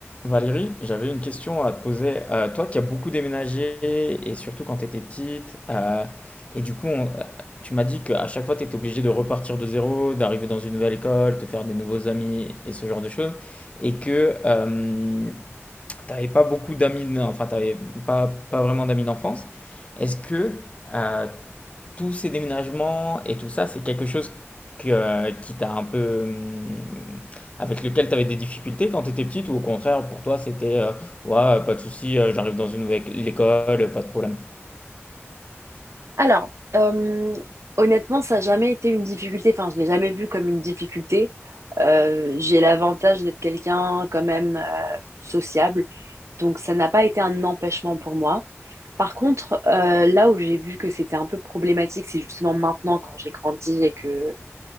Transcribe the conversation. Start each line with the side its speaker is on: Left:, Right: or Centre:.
Left: Valérie, j'avais une question à te poser. Euh, toi qui as beaucoup déménagé, et surtout quand tu étais petite, euh, et du coup, on- euh, tu m'as dit qu'à chaque fois, tu étais obligé de repartir de zéro, d'arriver dans une nouvelle école, te faire des nouveaux amis et ce genre de choses, et que euh, t'avais tu pas beaucoup d'amis, d'en- enfin, tu pas, pas vraiment d'amis d'enfance. Est-ce que euh, tous ces déménagements et tout ça, c'est quelque chose que, euh, qui t'a un peu, hum, avec lequel tu avais des difficultés quand tu étais petite, ou au contraire, pour toi, c'était, euh, ouais, pas de souci, euh, j'arrive dans une nouvelle école, pas de problème.
Right: Alors, euh, honnêtement, ça n'a jamais été une difficulté. Enfin, je l'ai jamais vu comme une difficulté. Euh, j'ai l'avantage d'être quelqu'un quand même euh, sociable, donc ça n'a pas été un empêchement pour moi. Par contre, euh, là où j'ai vu que c'était un peu problématique, c'est justement maintenant quand j'ai grandi et que